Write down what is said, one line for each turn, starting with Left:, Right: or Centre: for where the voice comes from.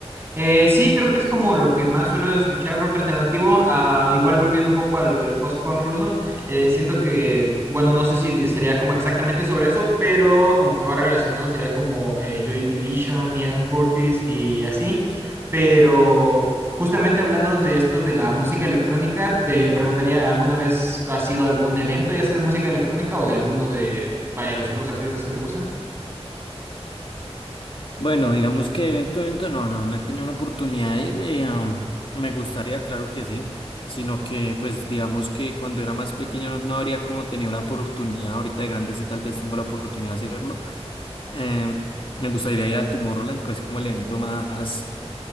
Right: Eh, sí, creo que es como lo que más suelo escuchar rock alternativo. Ah, igual volviendo un poco a lo del post-punk ruso, eh, siento que, bueno, no sé si sería como exactamente sobre eso, pero como que va relacionado sería como eh, Joy Division, Ian Curtis y así. Pero justamente hablando de esto de la música electrónica, te preguntaría, ¿alguna vez has sido algún evento, ya sea de música electrónica o de alguno de, vaya, los otros artistas que te gustan?
Left: Bueno, digamos que evento, evento, no, no, no he tenido la oportunidad de ir. eh, um, me gustaría, claro que sí, sino que, pues, digamos que cuando era más pequeño no, no habría como tenido la oportunidad. Ahorita de grande sí, tal vez tengo la oportunidad de hacerlo. Eh, me gustaría ir al Tomorrowland, que es como el evento más,